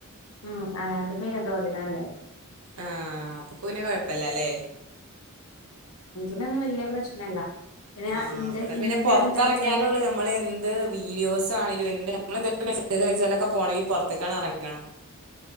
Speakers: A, on the left; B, on the right.
A: മ് അ അത് മെയിൻ റോഡിനല്ലേ
B: ആ അപ്പൊപ്പൊ പിന്നെ കൊഴപ്പല്ലല്ലേ
A: ന്നൊന്നും വലിയ പ്രശ്നല്ല പിന്നെ
B: ആ
A: ഇന്റെ
B: അവിടെ പിന്നെ
A: ഇന്റെ
B: പൊറത്തെറങ്ങിയാലൊള്ളൂ
A: എന്താ വെച്ചാല്
B: നമ്മള് എന്ത് വീഡിയോസാണേലും എന്ത് നമ്മളെന്തെലും മെസേജയച്ചാലൊക്കെ പോണെങ്കിൽ പൊറത്തേക്കാണ് എറങ്ങണം